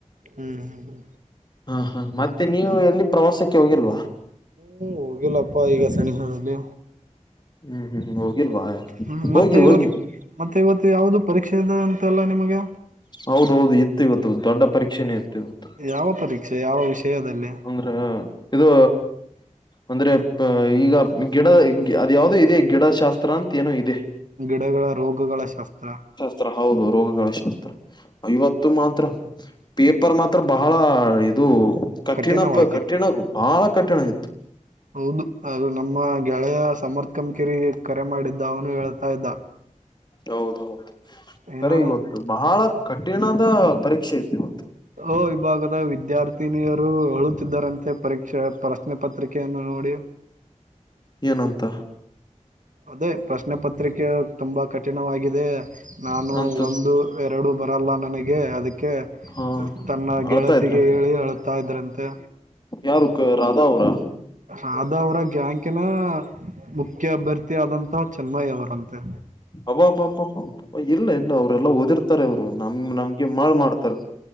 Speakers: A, on the right; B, on the left.
A: ಹ್ಮ್ ಹ್ಮ್್ಮ.
B: ಹಾ ಹಾ ಮತ್ತೆ ನೀವು ಎಲ್ಲಿ ಪ್ರವಾಸಕ್ಕೆ ಹೋಗಿಲ್ವಾ.
A: ಹ್ಮ ಹೋಗಿಲ್ಲಪ್ಪ ಈಗ ಸಣಿ ಹಾರಲ್ಲಿ.
B: ಹ್ಮ್ ಹ್ಮ್ ಹೋಗಿಲ್ವಾ.
A: ಹ್ಮ
B: ಹೋಗಿ
A: ಮತ್ತೆ
B: ಹೋಗಿ
A: ಇವತ್ತು ಮತ್ತೆ ಇವತ್ತು ಯಾವುದು ಪರೀಕ್ಷೆ ಇದೆ ಅಂತೆ ಅಲ್ಲ ನಿಮಗೆ.
B: ಹೌದೌದು ಇತ್ತು ಇವತ್ತು ದೊಡ್ಡ ಪರೀಕ್ಷೆನೇ ಇತ್ತು. ಇವತ್ತು
A: ಯಾವ ಪರೀಕ್ಷೆ ಯಾವ ವಿಷಯದಲ್ಲಿ.
B: ಹ್ಮ ಇದು. ಅಂದ್ರೆ ಈಗ ಗಿಡದ ಅದ ಯಾವ್ದೋ ಇದೆ ಗಿಡ ಶಾಸ್ತ್ರ ಅಂತ ಏನೋ ಇದೆ.
A: ಗಿಡಗಳ ರೋಗಗಳ ಶಾಸ್ತ್ರ.
B: ತ್ರ ಹೌದು ರೋಗಗಳ ಶಾಸ್ತ್ರ. ಇವತ್ತು ಮಾತ್ರ ಪೇಪರ್ ಮಾತ್ರ ಬಹಳ ಇದು. ಕಠಿಣ
A: ಕಠಿಣವಾಗಿತ್ತು
B: ಪ ಕಠಿಣ ಬಹಳ ಕಠಿಣ ಆಗಿತ್ತು.
A: ಹೌದು ಅದು ನಮ್ಮ ಗೆಳೆಯ ಸಮರ್ಥ ಅಂಕೆರಿ ಕರೆ ಮಾಡಿದ್ದ ಅವನು ಹೇಳ್ತಾ ಇದ್ದ.
B: ಹೌದ ಹೌದು.
A: ಏನು
B: ತರಿ ಇವತ್ತು ಬಹಳ ಕಠಿಣದ ಪರೀಕ್ಷೆ ಇತ್ತು ಇವತ್ತು.
A: ಲೊ ವಿಭಾಗದ ವಿದ್ಯಾರ್ಥಿನಿಯರು ಹೇಳುತ್ತಿದ್ದಾರಂತೆ ಪರೀಕ್ಷೆ ಪ್ರಶ್ನೆ ಪತ್ರಿಕೆಯನ್ನು ನೋಡಿ.
B: ಏನಂತ.
A: ಅದೇ ಪ್ರಶ್ನೆ ಪತ್ರಿಕೆ ತುಂಬಾ ಕಠಿಣವಾಗಿದೆ ನಾನು
B: ಅಂತ
A: ಒಂದು. ಎರಡು ಬರಲ್ಲ ನನಗೆ ಅದಕ್. ಅದಕ್ಕೆ
B: ಹಾ
A: ತನ್ನ
B: ಅಳ್ತಾ
A: ಗೆಳತಿಗೆ
B: ಇದ್ರ
A: ಹೇಳಿ ಅಳ್ತಾಯ್ದ್ರಂತೆ.
B: ಯಾರು ರಾಧಾ ಅವರಾ.
A: ರಾಧಾ ಅವರ ಗ್ಯಾಂಕಿನ ಮುಖ್ಯ ಅಭ್ಯರ್ಥಿ ಆದಂತ ಚೆನ್ಮ್ಮಯಿ ಅವರಂತೆ.
B: ಹಬ್ಬಬ್ಬಬ್ಬ ಇಲ್ಲ ಇಲ್ಲ ಅವರೆಲ್ಲ ಓದಿರ್ತಾರೆ ಅವ್ರು ನಮ್ ನಮಗೆ ಮಳ್ ಮಾಡ್ತಾರೆ.